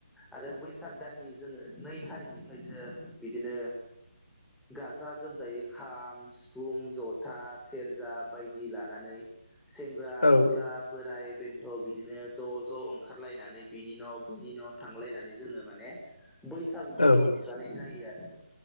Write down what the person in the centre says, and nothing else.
आरो बैसाग दाननि जोङो नै थारिखनिफ्रायसो बिदिनो गाजा गोमजायै खाम, सिफुं, जथा, सेरजा बायदि लानानै सेंग्रा,
सिख्ला, बोराय बेन्थ' बिदिनो ज' ज' ओंखारलायनानै बिनि न' बैनि न' थांलायनानै जोङो माने बै सागुखौ
रंजानाय जायो आरो।